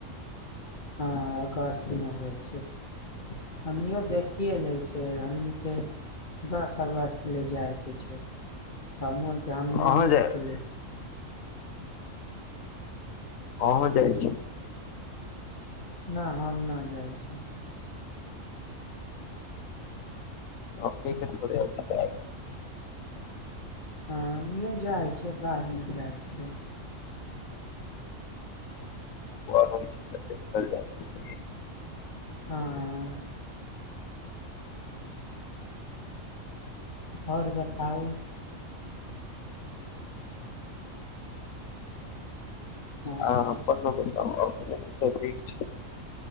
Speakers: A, on the left; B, on the left.
A: हँ अगस्तमे होइ छै हमनियो देखि। येलैछै हमनीके। दस अगस्त। ले जाइ के छै <unintelligible>
B: अहाँ
A: देखे
B: जाय
A: लैछे।
B: अहौं जाइ छै?
A: ना हम न जाइ छी।
B: हमनी के थोड़े अब जाय।
A: हँ हमुँ जाय छियै, बादमे जाय छियै।
B: <unintelligible> होइ छी त चल जाइ छी।
A: हाँ। और बताऊ? हँ
B: अहाँ अप्पन
A: हँ
B: न बताऊ अउर? यहाँ सब ठीक छै।